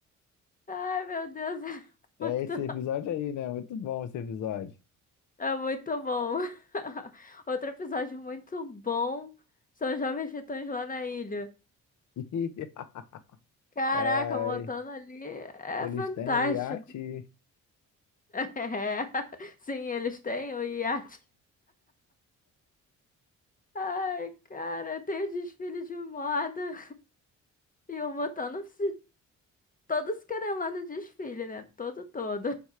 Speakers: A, on the left (about 25°); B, on the left (about 75°).
A: Ai, meu Deus, é
B: É
A: muito,
B: esse episódio aí, né? Muito bom esse episódio.
A: é muito bom. <laughs> Outro episódio muito bom são os Jovens Titãs lá na ilha.
B: <laughs>
A: Caraca,
B: Ai,
A: montando ali é
B: eles
A: fantástico.
B: têm o iate,
A: <laughs> É. Sim, eles têm o iate. Ai, cara, tem o desfile de moda e o Montano se todos querem lá no desfile, né? Todo, todo.